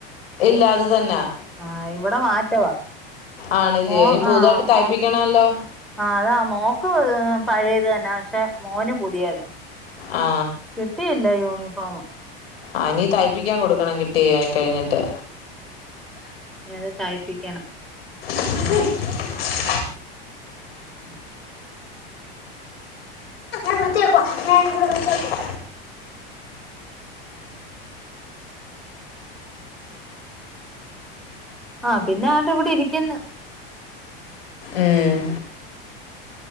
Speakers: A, on the left; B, in the centre.
A: ഇല്ല അത് തന്നെ
B: ആഹ ഇവിടെ മാറ്റവാ
A: ആണല്ലയോ
B: മോ
A: ഇനി പുതുതായിട്ട്
B: ആഹ് മോ
A: തയ്പ്പിക്കണല്ലോ
B: ആഹ് അതാ മോക്ക് പഴയത് തന്നെ പക്ഷെ മോന് പുതിയതാ
A: ആ
B: കിട്ടിയില്ല യൂണിഫോം
A: ആ നീ തഴ്പിക്കാൻ കൊടുക്കണം കിട്ടി കുട്ടിയ കഴിഞ്ഞിട്ട്
B: ഞത് തയ്പ്പിക്കണം
A: ഉ
B: ഉ
A: ഞാൻ വൃത്തിയാക്കുവാ ഞാൻ ഇവിടെ വൃത്തിയാക്കുവാ
B: ആഹ പിന്നെ ആട്ട ഇവിടെ ഇരിക്കുന്നു
A: ഏഹ്